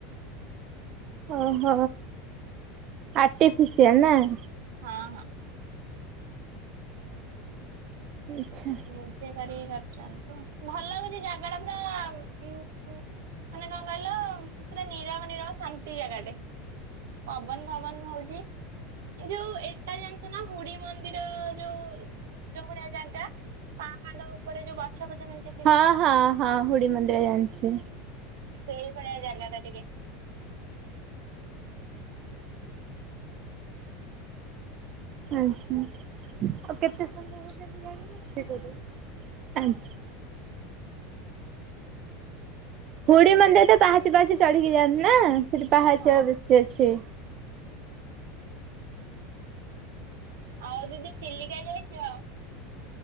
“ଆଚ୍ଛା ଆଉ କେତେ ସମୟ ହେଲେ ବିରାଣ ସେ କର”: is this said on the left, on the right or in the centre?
Right